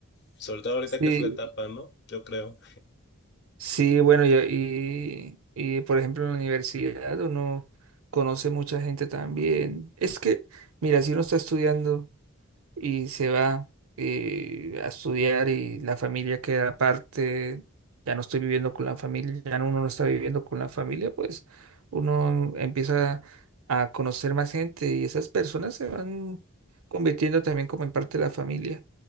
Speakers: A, on the left; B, on the right.
A: Sobre todo ahorita
B: sí,
A: que es la etapa, ¿no? Yo creo.
B: sí, bueno, y, y, y, por ejemplo en la universidad uno conoce mucha gente también. Es que, mira, si uno está estudiando... y se va eh, a estudiar y la familia queda aparte, ya no estoy viviendo con la familia, ya no- uno no está viviendo con la familia, pues uno empieza a conocer más gente y esas personas se van convirtiendo también como en parte de la familia.